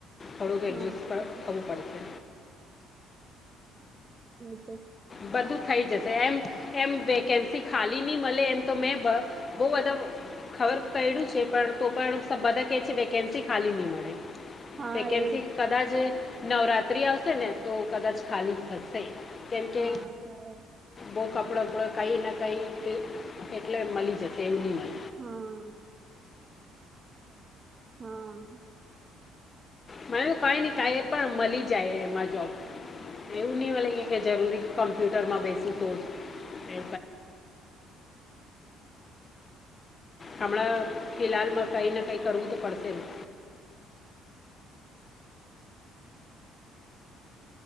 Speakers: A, on the left; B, on the right.
A: થોડુંક
B: હા
A: એડજસ્ટ થવું પડશે.
B: હમ્મ.
A: બધું થઈ જશે એમ. એમ વેકેન્સી ખાલી નહી મળે એમ તો મેં બ બહુ બધા ખબર ક્યું છે પણ તો પણ બધા કે છે વેકેન્સી ખાલી નહી મળે.
B: હા
A: વેન્સી
B: એજ
A: કદાચ નવરાત્રી આવશે ને, તો કદાચ ખાલી થશે. તેમ કે.
B: હા શાયદ
A: બહુ કપડ ઉપપડ કઈ ને, કઈ એટલે મળી જશે એવું નહી મળે.
B: હમ્મ. હા.
A: મને તો કઈ ને, કઈ એ પણ મળી જાય એમાં જોબ એવું નહી લાગ કે, જરૂરી કોમ્પ્યુટર માં બેસી તો એ. હમણાં ફિહાલમાં કંઈ ને, કંઈ કરવું તો પડશે ને?